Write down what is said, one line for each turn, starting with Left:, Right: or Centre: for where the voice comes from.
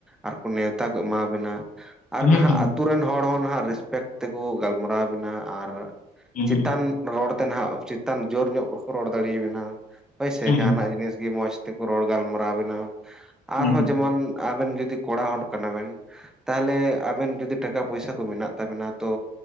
Centre: ᱟᱨᱠᱚ ᱱᱮᱣᱛᱟ ᱠᱚ ᱮᱢᱟᱵᱮᱱᱟ ᱟᱨ
Left: ᱦᱩᱸ
Centre: ᱱᱟᱦᱟᱜ
Left: ᱦᱩᱸ
Centre: ᱟᱛᱳ ᱨᱮᱱ ᱦᱚᱲ ᱦᱚᱸ ᱱᱟᱦᱟᱜ ᱨᱮᱥᱯᱮᱠᱴ ᱛᱮᱠᱚ ᱜᱟᱞᱢᱟᱨᱟᱣ ᱵᱮᱱᱟ ᱟᱨ
Left: ᱦᱩᱸ
Centre: ᱪᱮᱛᱟᱱ
Left: ᱦᱩᱸ
Centre: ᱨᱚᱲᱛᱮ ᱱᱟᱦᱱᱟᱜ ᱪᱮᱛᱟᱱ ᱡᱳᱨ ᱧᱚᱜ ᱵᱟᱠᱚ ᱨᱚᱲ ᱫᱟᱲᱮᱭᱟᱵᱮᱱᱟ ᱦᱚᱭ ᱥᱮ
Left: ᱦᱩᱸ
Centre: ᱡᱟᱦᱟᱱᱟᱜ ᱡᱤᱱᱤᱥ ᱜᱮ ᱢᱚᱸᱡᱽ ᱛᱮᱠᱚ ᱨᱚᱲ ᱜᱟᱞᱢᱟᱨᱟᱣ ᱵᱮᱱᱟ
Left: ᱦᱩᱸ
Centre: ᱟᱨᱦᱚᱸ
Left: ᱦᱩᱸ
Centre: ᱡᱮᱢᱚᱱ ᱟᱵᱮᱱ ᱡᱩᱫᱤ ᱠᱚᱲᱟ ᱦᱚᱲ ᱠᱟᱱᱟ ᱵᱮᱱ ᱛᱟᱦᱚᱞᱮ ᱟᱵᱮᱱ ᱡᱩᱫᱤ ᱴᱟᱠᱟ ᱯᱚᱭᱥᱟ ᱠᱚ ᱢᱮᱱᱟᱜ ᱛᱟᱵᱮᱱᱟ ᱛᱚ